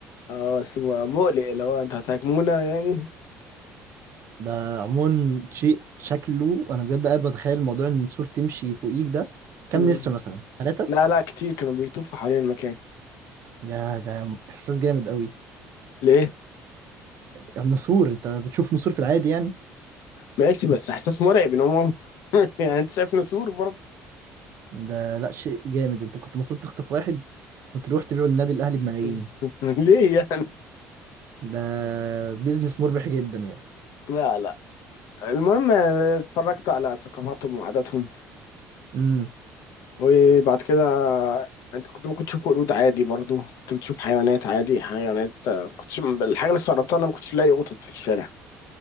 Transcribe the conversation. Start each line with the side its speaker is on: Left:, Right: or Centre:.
Left: اه بس م- مقلق اللي هو انت هتهاجمونا يعني
Right: ده عموما شيء شكله انا بجد قاعد بتخيل موضوع ان النسور تمشي فوقيك ده كام
Left: م.
Right: نسر مثلا ثلاثة
Left: لا لا كتير كانوا بيطوفوا حوالين المكان
Right: يا ده احساس جامد قوي
Left: ليه؟
Right: النسور انت بتشوف نسور في العادي يعني
Left: ماشي بس احساس مرعب ان هم <laughs> يعني انت شايف نسور برضه
Right: ده لا شيء جامد انت كنت المفروض تخطف واحد وتروح تبيعه للنادي الاهلي بملايين
Left: <laughs> ليه يعني
Right: ده بيزنس مربح جدا يعني
Left: لا لا المهم اتفرجت على ثقافاتهم وعاداتهم
Right: امم
Left: وبعد كده انت كنت ممكن تشوف قرود عادي برضو كنت بتشوف حيوانات عادي حيوانات كنت الحاجه اللي استغربتها انا ما كنتش الاقي قطط في الشارع